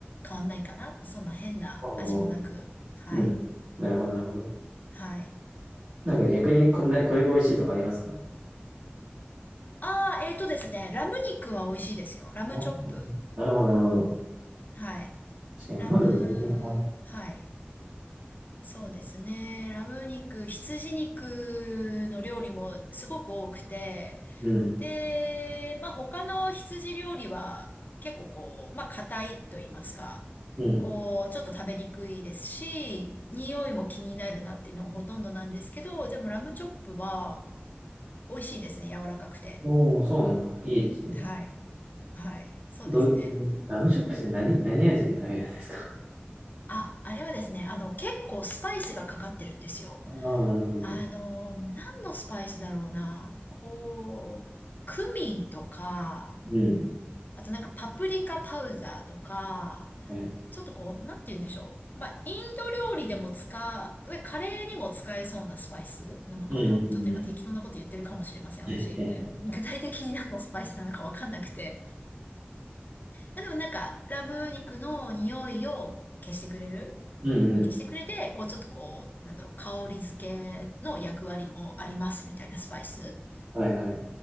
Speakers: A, on the left; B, on the right.
A: 変わんないかな。そんな変な味もなく。
B: ほど。あー
A: はい。
B: うん。なるほどなるほど。
A: はい。
B: なんか逆にこれ、なこれが美味しいとかありますか
A: ああ、えーとですね。ラム肉は美味しいですよ。ラムチョップ。
B: あーなるほどなるほど。
A: はい。
B: 確かに日本でも全然食べない。
A: ラム、はい。そうですね。ラム肉、羊肉の料理もすごく多くて、
B: うん。
A: で、まあ他の羊料理は結構こう、まあ硬いと言いますか、
B: うん。
A: こう、ちょっと食べにくいですし、匂いも気になるなっていうのがほとんどなんですけど、でもラムチョップは美味しいですね。柔らかくて。
B: おお、そうなんだ。いいですね。
A: はい。はい。そうですね。
B: どういう、ラムチョップって何、何味で食べるんですか
A: あ、あれはですね、あの、結構スパイスがかかってるんですよ。
B: あ <laughs> あー、なるほど。なるほど
A: あの、何のスパイスだろうな。こう、クミンとか、
B: うん。
A: あとなんかパプリカパウダーとか、
B: はい。
A: ちょっとこう、なんて言うんでしょう。まあ、インド料理でも使う、カレーにも使えそうなスパイスなのかな。
B: うん、うん、
A: ちょっと今適当なこと言ってるかもしれません、
B: うん。<laughs>
A: 私。具体的に何のスパイスなのかわかんなくて。まあ、でもなんか、ラム肉の匂いを消してくれる
B: うんうん。
A: 消してくれて、こうちょっとこう、なんだろう、香り付けの役割もありますみたいなスパイス。
B: はいはい。